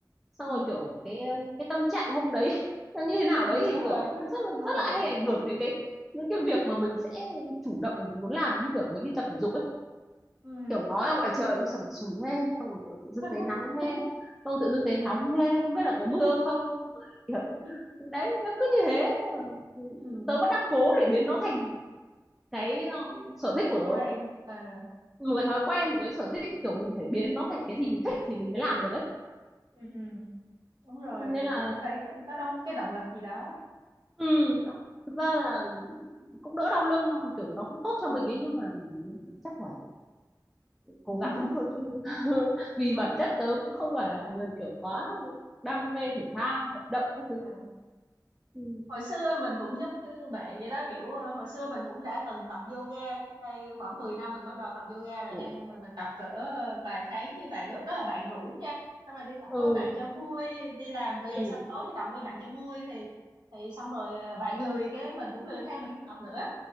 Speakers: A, in the centre; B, on the right.
A: xong
B: ừ
A: rồi kiểu cái cái tâm trạng hôm đấy <laughs> nó như thế nào
B: ừ
A: đấy
B: đúng
A: thì kiểu
B: rồi
A: rất là
B: đúng
A: rất
B: rồi
A: là hay ảnh hưởng đến cái những cái việc mà mình sẽ chủ động để mình muốn làm như kiểu mình đi tập thể dục ấy
B: ừ
A: kiểu ngó ra ngoài trời cũng sẩm sủi he xong rồi kiểu tự dưng
B: <laughs>
A: thấy nắng he xong tự dưng thấy
B: à.
A: nóng he không biết là có mưa không Nhưng mà kiểu
B: <laughs>
A: đấy nó cứ như thế Mà
B: ừ
A: tớ vẫn đang cố để biến nó thành cái ờ, sở thích của
B: thói
A: tớ
B: quen à
A: một cái thói quen một cái sở thích kiểu mình
B: ừ
A: phải biến nó thành cái gì mình thích thì mình mới làm được ấy
B: ừ ừ. đúng rồi
A: nên là
B: kiểu phải có có động cái động lực gì đó
A: ừ, nó- thực ra là cũng đỡ đau lưng không kiểu nó cũng tốt cho
B: ừ
A: mình ấy nhưng mà chắc là
B: <laughs>
A: cố gắng thôi chứ <laughs> vì bản chất tớ cũng không phải là
B: à,
A: người kiểu quá đam mê thể thao vận động các thứ
B: à.
A: ừ
B: hồi xưa mình cũng giống như bạn vậy đó kiểu ờ, hồi xưa mình cũng đã từng tập yoga trước đây khoảng 10 năm mình bắt đầu tập yoga rồi
A: Ủa?
B: nha nhưng mà mình tập cỡ ờ, vài tháng với bạn lúc đó là bạn rủ nha xong rồi đi tập
A: ừ
B: với bạn cho vui đi làm về
A: ừ
B: xong tối thì tập với bạn cho vui thì thì xong rồi ờ, bạn lười cái mình cũng lười theo mình không tập nữa